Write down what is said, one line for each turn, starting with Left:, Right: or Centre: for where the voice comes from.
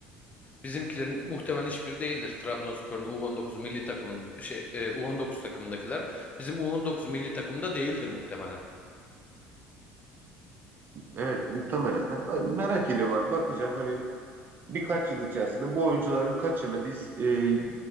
Left: Bizimkilerin muhtemelen hiçbiri değildir. Trabzonspor'un U19 milli takım şey e, U19 takımındakiler bizim U19 milli takımda değildir muhtemelen.
Right: Evet muhtemelen. Hani ben merak ediyorum abi. Bakacağım hani birkaç yıl içerisinde bu oyuncuların kaçını biz e,